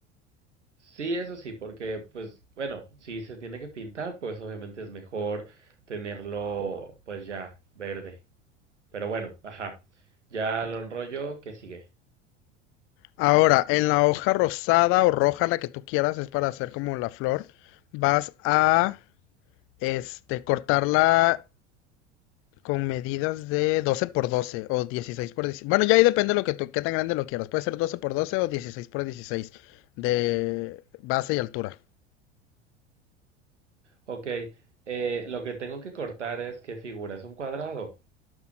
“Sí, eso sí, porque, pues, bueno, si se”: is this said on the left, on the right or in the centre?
Right